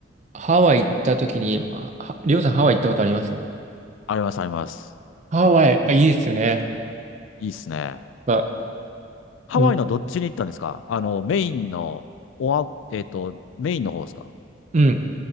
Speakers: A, on the right; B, on the left.
A: ハワイ行った時に、まあ、はりょうさんハワイ行ったことありますか
B: あります、あります。
A: ハワイ、あ、いいですよね。
B: いいっすね。
A: あ
B: ハワイのどっちに行ったんですかあの、
A: に
B: メインの、おわ、えっと、メインの方ですか
A: うん。